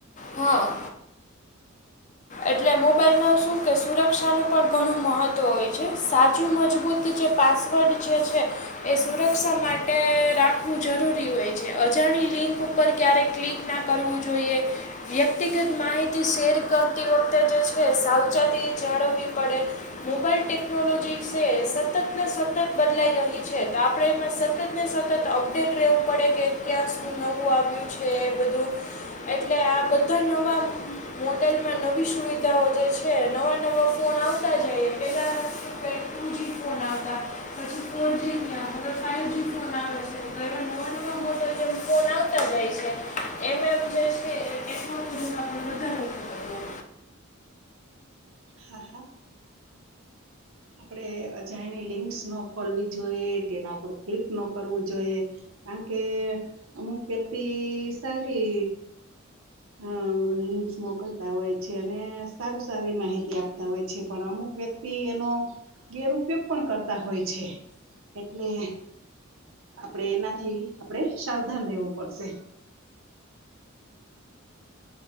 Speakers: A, on the left; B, on the right.
A: હા એટલે મોબાઈલમાં શું કે સુરક્ષાનું પણ ઘણું મહત્વ હોય છે સાચું મજબૂત જે પાસવર્ડ જે છે એ સુરક્ષા માટે તા ું જરૂરી હોય છે અજાણી લિંક ઉપર ક્યારેય ક્લિક ના કરવું જોઈએ વ્યક્તિગત માહિતી શેર કર આવતી વખતે જે છે સાવચાતી જાળવવી પડે મોબાઈલ ટેકનોલોજી છે સતત ને સતત બદલાઈ રહી છે તો આપણે એમાં સતત ને સતત અપડેટ રહેવું પડે કે ક્યાં શું નવું આવ્યું છે એ બધું એટલે આ બધા નવા મોડલમાં નવી સુવિધાઓ જે છે નવા નવા ફોન આવતા જઈએ પહેલાં ટુ જી ફોન આવતા પછી ફોર જી ગયાં હ ફાઇવ જી ફોન આવે છે તો એમાં નવા નવા મોડલ જેમ ફોન આવતા જાય છે એમ એમ જે છે એ ટેકનોલોજી વધાર થ હો
B: હા હા આપણે અજાણી લિંક્સ ન ખોલવી જોઈએ તેના પર ક્લિક ન કરવું જોઈએ કારણ કે અમુક વ્યક્તિ સારી અ લિંક્સ મોકલતા હોય છે અને સારું સારી માહિતી આપતા હોય છે પણ અમુક વ્યક્તિ એનો ગેરપયોગ પણ કરતા હોય છે એટલે આપણેે એનાથી આપણેે સાવધાન રહેેવું પડશે